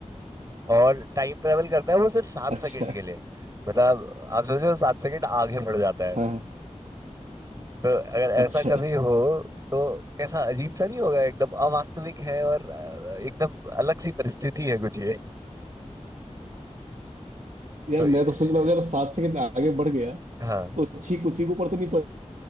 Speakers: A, on the right; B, on the right.
A: और टाइम ट्रेवल करता है वो सिर्फ सात सेकंड
B: अच्छा
A: के लिए मतलब आप समझो सात सेकंड आगे बढ़ जाता है
B: हाँ हाँ,
A: तो अगर
B: अच्छा
A: ऐसा कभी हो तो कैसा अजीब सा नहीं होगा एकदम अवास्तविक है और अ, एकदम अलग सी परिस्थिति है कुछ ये
B: यार
A: तो ए,
B: मैं तो सोच रहा हूँ अगर सात सेकंड आगे बढ़ गया
A: हाँ
B: तो छींक उसी के ऊपर तो नहीं पड़